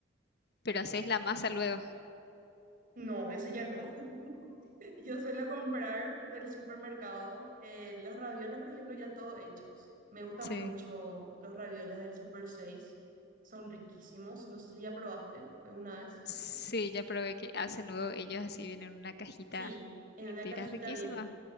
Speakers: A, on the left; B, on the right.
A: pero haces la masa luego.
B: No, eso ya no. <laughs> Yo suelo comprar del supermercado eh, los ravioles, por ejemplo, ya todo hechos. Me gustan
A: Sí,
B: mucho los ravioles del Super 6. Son riquísimos. No sé si ya probaste alguna vez.
A: Sí, ya probé que hacen luego ellos así vienen en una cajita
B: Sí, en
A: entera
B: una cajita
A: riquísima.
B: viene.